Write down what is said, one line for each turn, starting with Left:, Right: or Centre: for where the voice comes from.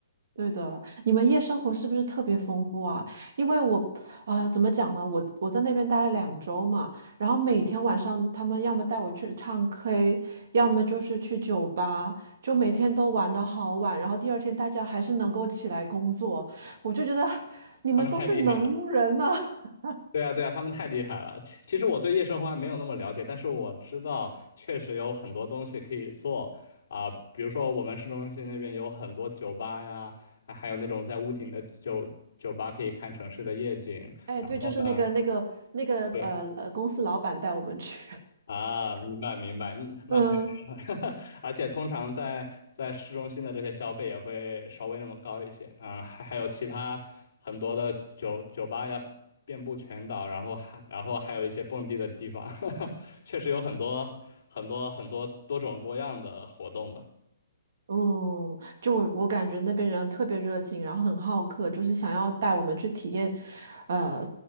Right: 对的，你们夜生活是不是特别丰富啊？因为我，啊、怎么讲呢？我我在那边待了两周嘛，然后每天晚上他们要么带我去唱 K，要么就是去酒吧，就每天都玩得好晚，然后第二天大家还是能够起来工作，我就觉得你们都是能人呐、
Left: 他们太厉害了。
Right: <laughs>
Left: 对啊，对啊，他们太厉害了。其其实我对夜生活还没有那么了解，但是我知道确实有很多东西可以做啊、比如说我们市中心那边有很多酒吧呀，还还有那种在屋顶的酒酒吧可以看城市的夜景。
Right: 哎，
Left: 然后呢，
Right: 对，就是那个那个那个呃呃，
Left: 对。
Right: 公司老板带我们去，
Left: 啊，明白明白，嗯那肯定
Right: <laughs> 嗯。
Left: <laughs> 而且通常在在市中心的这些消费也会稍微那么高一些，嗯，还还有其他很多的酒酒吧呀，遍布全岛，然后还然后还有一些蹦迪的地方，<laughs> 确实有很多很多很多多种多样的活动吧。
Right: 嗯，就我我感觉那边人特别热情，然后很好客，就是想要带我们去体验，呃，